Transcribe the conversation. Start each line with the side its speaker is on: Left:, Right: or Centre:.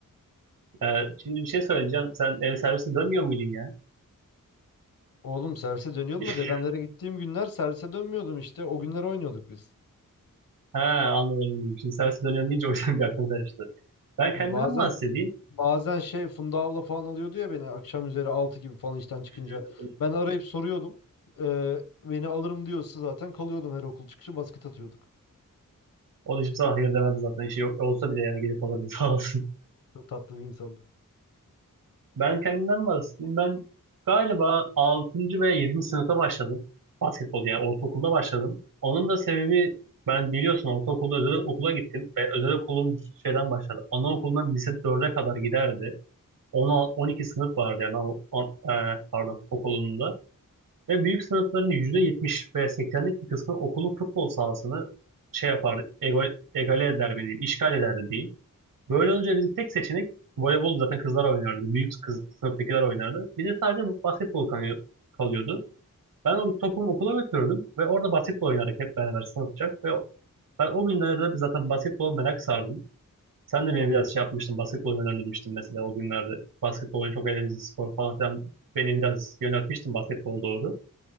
Right: E, şimdi bir şey söyleyeceğim. Sen el servisi dönmüyor muydun ya?
Left: Oğlum servise dönüyordum
Right: <laughs>
Left: da dedemlere gittiğim günler servise dönmüyordum işte o günler oynuyorduk biz.
Right: Ha anladım. anladım. Şimdi servis dönüyorum deyince o yüzden bir aklım karıştı. Ben
Left: Ha,
Right: kendimden
Left: bazen
Right: bahsedeyim.
Left: Bazen şey Funda abla falan alıyordu ya beni akşam üzeri 6 gibi falan işten çıkınca.
Right: Evet, hatırladım.
Left: Ben arayıp soruyordum. Ee, beni alırım diyorsa zaten kalıyordum her okul çıkışı basket atıyorduk.
Right: O da hiçbir zaman hayır demedi zaten. İşi yok olsa bile yani gelip alırdı <laughs> sağ olsun.
Left: Çok tatlı bir insandı.
Right: Ben kendimden bahsedeyim. Ben galiba altıncı veya yedinci sınıfta başladım. Basketbol yani ortaokulda başladım. Onun da sebebi ben biliyorsun ortaokulda özel okula gittim ve özel okulum şeyden başladı. Anaokulundan lise dörde kadar giderdi. On altı on iki sınıf vardı yani ana- on- e, pardon okulunda. Ve büyük sınıfların %70 veya 80'lik bir kısmı okulun futbol sahasını şey yapardı, ego- egale eder mi diyeyim, işgal ederdi diyeyim. Böyle olunca bizim tek seçenek voleybol zaten kızlar oynardı. Büyük kız sınıftakiler oynardı. Bir de sadece bu basketbol kanıyor- kalıyordu. Ben o topumu okula götürürdüm ve orada basketbol oynardık hep beraber sınıfça. Ve ben o günlerde zaten basketbol merak sardım. Sen de beni biraz şey yapmıştın, basketbol yönlendirmiştin mesela o günlerde. basketbolun çok eğlenceli spor falan filan. Beni biraz yöneltmiştin basketbol doğru.